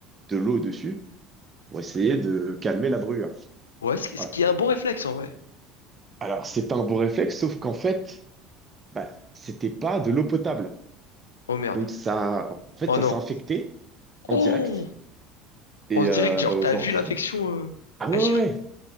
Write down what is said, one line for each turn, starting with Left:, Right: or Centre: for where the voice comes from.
Right: de l'eau dessus pour essayer de calmer la brûlure.
Left: Ouais, ce qui,
Right: Voilà.
Left: ce qui est un bon réflexe en vrai.
Right: Alors c'est un bon réflexe, sauf qu'en fait, bah, c'était pas de l'eau potable.
Left: Oh merde.
Right: Donc ça, en fait,
Left: Oh
Right: ça
Left: non.
Right: s'est infecté en
Left: Oh,
Right: direct. Et
Left: on se
Right: euh,
Left: dirait que genre
Right: bah, aujourd'hui,
Left: t'as vu l'infection euh,
Right: ah
Left: agir.
Right: ouais, ouais, ouais.